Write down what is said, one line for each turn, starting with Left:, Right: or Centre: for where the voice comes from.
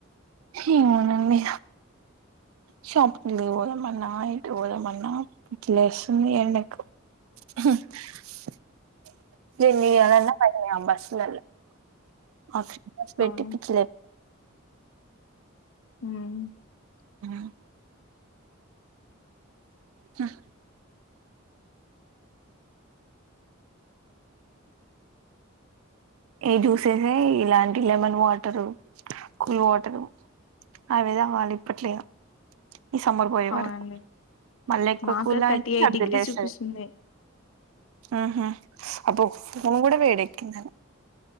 Right: ఏమోనండి షాప్ కి పోదామన్నా ఎటు పోదామన్న పిచిలేస్తుంది ఎండీకి <unintelligible> <unintelligible> ఆస్ పెట్టి
Left: అవును
Right: పిచ్చిలే
Left: మ్...
Right: <inaudible> హ్.... ఏ జ్యూసేసే ఇలాంటి లెమన్ వాటరు కూల్ వాటరు అవిధా వాళ్ళ ఇప్పట్లే ఇగ ఈ సమ్బర్ పోయే
Left: అవునండి
Right: వరకు మళ్ళీ ఎక్కువ
Left: మాకు
Right: కూల్ తాగితే
Left: థర్టీ ఎయిట్
Right: సబ్దులేస్తది
Left: డిగ్రీస్ చూపిస్తుంది
Right: ఊహూ స్ అబ్బో ఫోన్ కూడా వేడేక్కేంది